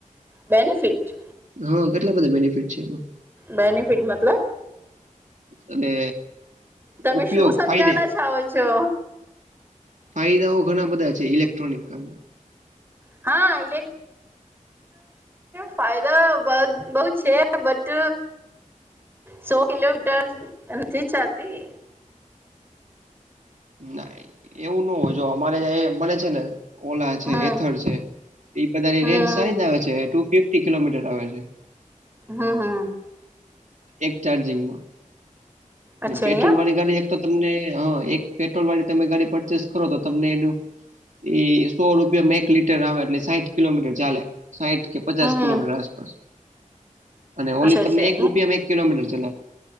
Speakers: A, on the right; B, on the right.
A: બેનિફિટ?
B: હા, કેટલા બધા બેનિફિટ છે એમાં?
A: બેનિફિટ મતલબ?
B: અને
A: તમે
B: ઉપયોગ
A: શું સમજાના
B: ફાયદે
A: ચાઓ છો?
B: ફાયદાઓ ઘણા બધા છે ઇલેક્ટ્રોનિકલના.
A: હા, ઈલેક ફાયદાઓ બદ‌ બઉ છે બટ સો કિલોમીટર નથી ચાલતી
B: ના, એવું ન હોય જો અમારેં એ બને છે ને, ઓલા છે
A: હમ
B: એથર છે. એ બધાની
A: હમ
B: રેન્જ સારી જ આવે છે ટુ ફિફટી કિલોમીટર આવે છે.
A: હા, હા,
B: એક ચાર્જિંગમાં
A: અચ્છા
B: પેટ્રોલ
A: અહિયાં
B: વાળી ગાડી એક તો તમને, હ, એક પેટ્રોલ વાળી તમે ગાડી પરચેસ કરો તો તમને એનું એ સો રૂપિયામા એક લીટર આવે એટલે સાઈઠ કિલોમીટર ચાલે, સાહીઠ કે પચાસ
A: હમ હમ
B: કિલોમીટર આસપાસ અને ઓલી
A: અચ્છા
B: તમને
A: અચ્છા
B: એક રૂપિયામાં એક કિલોમીટર ચલાવે